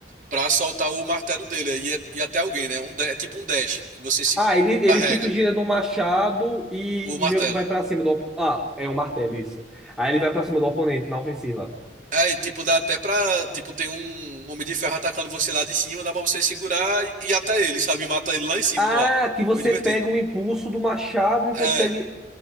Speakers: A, on the right; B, in the centre.
A: pra soltar o martelo dele. E, é- e até alguém, né? Um, da- é tipo um dash, que você se
B: Ah, ele,
A: carrega
B: ele fica girando um machado e,
A: o martelo.
B: e meio que vai pra cima do. op- Ah, é um martelo, isso. Aí ele vai pra cima do oponente na ofensiva.
A: Aí, tipo, dá até pra. Tipo, tem um homem de ferro atacando você lá de cima, dá pra você segurar e e ir até ele, sabe? Mata ele lá em cima
B: Ah,
A: no ar.
B: que você
A: Muito divertido.
B: pega o impulso do machado e
A: É,
B: consegue.